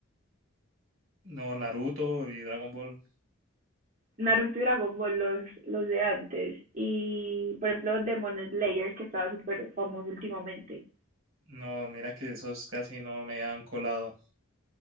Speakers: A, on the right; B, on the right.
A: No, Naruto y Dragon Ball.
B: Naruto y Dragon Ball, los, los de antes, y por ejemplo Demon Slayer, que estaba súper famoso últimamente.
A: No, mira que esos casi no me han colado.